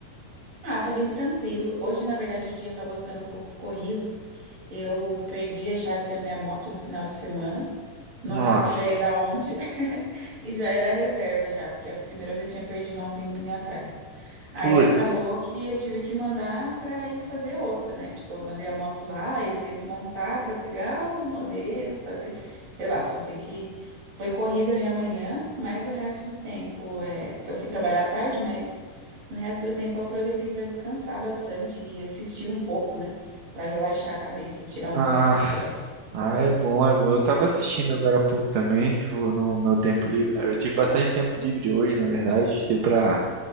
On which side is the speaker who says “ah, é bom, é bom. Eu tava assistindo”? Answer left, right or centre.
Right